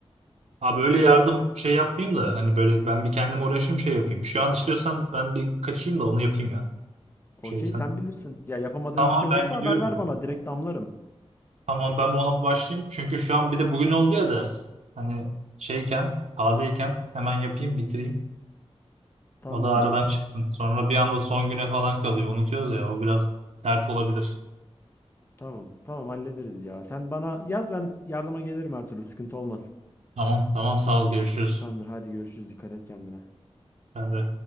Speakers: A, on the right (about 85°); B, on the left (about 20°).
A: Abi böyle yardım şey yapmayayım da hani böyle ben bir kendime uğraşayım şey yapayım. Şu an istiyorsan ben bir kaçayım da onu yapayım ya. Şey
B: Okey,
A: sen.
B: sen bilirsin. Ya yapamadığım
A: Tamam
B: bir şey
A: abi
B: olursa
A: ben gidiyorum.
B: haber ver
A: ya.
B: bana. Direkt damlarım.
A: Tamam ben bu ona bir başlayayım. Çünkü şu an bir de bugün oldu ya ders. Hani şeyken, tazeyken hemen yapayım, bitireyim.
B: Tamamdır.
A: O da aradan çıksın. Sonra bir anda son güne falan kalıyor. Unutuyoruz ya o biraz dert olabilir.
B: Tamam. Tamam hallederiz ya. Sen bana yaz ben yardıma gelirim her türlü. Sıkıntı olmaz.
A: Tamam tamam sağ ol görüşürüz.
B: Tamamdır. Hadi görüşürüz. Dikkat et kendine.
A: Sen de.